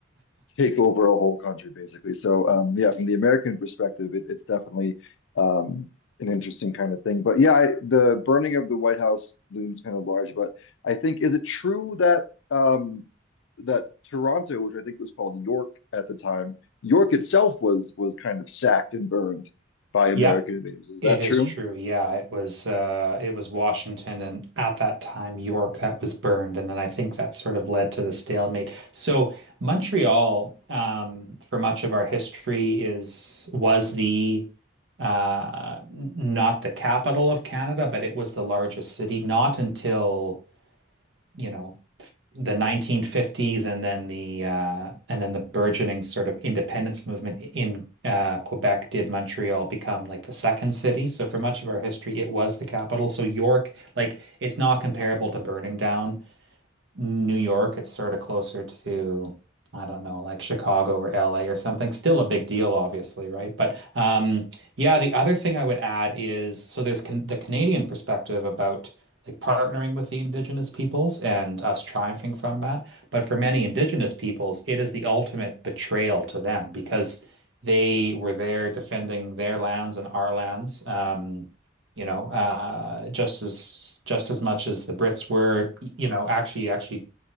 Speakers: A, on the left; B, on the right.
A: take over a whole country, basically. So, um, yeah, from the American perspective, it, it's definitely um, an interesting kind of thing. But yeah, I, the burning of the White House looms kind of large. But I think, is it true that um, that Toronto, which I think was called York at the time, York itself was was kind of sacked and burned by American
B: Yep.
A: invaders? Is
B: It
A: that
B: is
A: true?
B: true. Yeah, it was uh it was Washington and at that time York that was burned and then I think that sort of led to the stalemate. So Montreal um for much of our history is was the uh n- not the capital of Canada, but it was the largest city not until, you know, the 1950s and then the uh, and then the burgeoning sort of independence movement in uh, Quebec did Montreal become like the second city. So for much of our history, it was the capital. So York, like it's not comparable to burning down New York, it's sort of closer to, I don't know, like Chicago or LA or something. Still a big deal, obviously, right? But um, yeah, the other thing I would add is so there's can the Canadian perspective about like partnering with the Indigenous peoples and us triumphing from that. But for many Indigenous peoples, it is the ultimate betrayal to them because they were there defending their lands and our lands. Um, you know, uh, just as just as much as the Brits were, you know, actually actually